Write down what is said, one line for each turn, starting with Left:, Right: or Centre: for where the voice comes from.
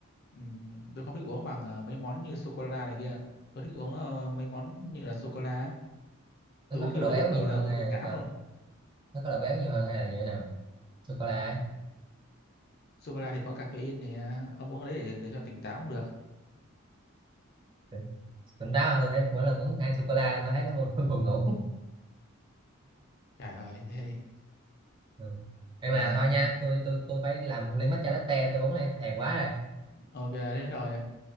Left: ừm, tôi không thích uống bằng ờ, mấy món như sô cô la này kia tôi thích uống ờ, mấy món như là sô cô la
Right: nó
Left: tôi
Right: nó
Left: uống
Right: có
Left: nhiều
Right: độ
Left: tới
Right: béo
Left: mức mà
Right: nhiều
Left: bây
Right: hơn
Left: giờ tôi
Right: hay
Left: tôi ngán
Right: là sao
Left: luôn
Right: nó có độ béo nhiều hơn hay là như thế nào sô cô la ấy
Left: sô cô la thì có caffeine nè ông uống cái đấy để, để cho tỉnh táo cũng được
Right: tỉnh tỉnh táo mà tôi thấy mỗi lần uống ăn sô cô la nó thấy nó buồn, <laughs> buồn ngủ
Left: trời ơi thế
Right: ừ. Ê mà
Left: à,
Right: thôi nha
Left: <laughs>
Right: tôi tôi tôi phải làm ly matcha latte tôi uống đây thèm quá rồi
Left: ok thế thôi